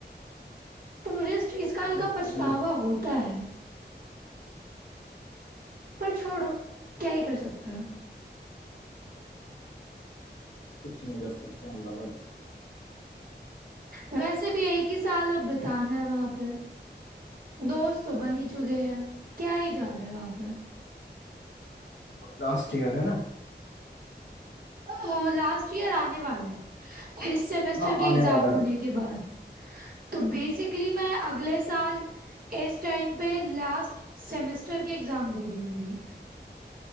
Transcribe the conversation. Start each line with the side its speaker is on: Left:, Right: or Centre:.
Right: तो मुझे इस चीज का हल्का
Left: ओके
Right: पछतावा होता है पर छोड़ो क्या ही कर सकते हैं
Left: कुछ नहीं कर सकते हम लोग अब
Right: वैसे भी एक ही साल अब बिताना है वहां पे दोस्त तो बन ही चुके हैं क्या ही जा रहा है वहां
Left: लास्ट ईयर है ना
Right: पे लास्ट ईयर आने वाला है इस सेमेस्टर
Left: हाँ
Right: के
Left: आने
Right: एग्जाम
Left: वाला है
Right: होने
Left: अभी
Right: के बाद तो बेसिकली मैं अगले साल इस टाइम पे लास्ट सेमेस्टर के एग्जाम दे रही होंगी